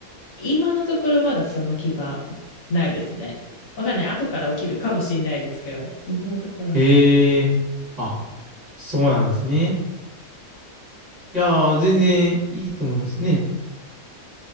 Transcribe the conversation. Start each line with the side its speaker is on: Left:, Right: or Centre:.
Left: 今のところまだその気がないですね。わかんない。後から起きるかもしんないですけど、今のところない。
Right: へえ。あ、そうなんですね。いやー、全然いいと思いますね。